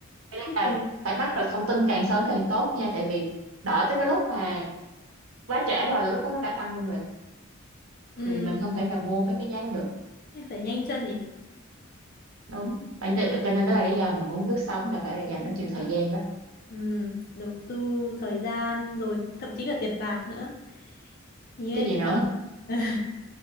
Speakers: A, on the right; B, on the left.
A: Cho nên
B: thế thì
A: là phải bắt được thông tin càng sớm càng tốt nha tại vì đợi tới cái lúc mà quá trễ rồi là lúc đó nó đã tăng luôn rồi
B: ừ
A: thì mình không thể nào mua với cái giá đó được
B: thế phải nhanh chân nhỉ
A: đúng Phải cho nên đó là lý do mà muốn lướt sóng là phải là dành
B: Nhanh
A: rất nhiều
B: chân
A: thời
B: là-
A: gian đó
B: ừ đầu tư thời gian rồi thậm chí cả tiền bạc nữa Hình như
A: chứ
B: em
A: gì
B: thấy
A: nữa
B: <laughs>